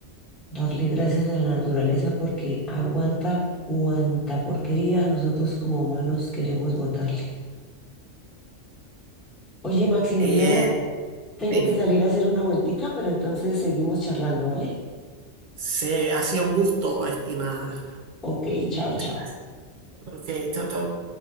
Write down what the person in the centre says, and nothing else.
Darle gracias a la naturaleza porque aguanta cuanta porquería nosotros como humanos queremos botarle. Oye, Maximiliano,
tengo
que salir a hacer una vueltica, pero entonces seguimos charlando, ¿vale?
Ok,
chao, chao.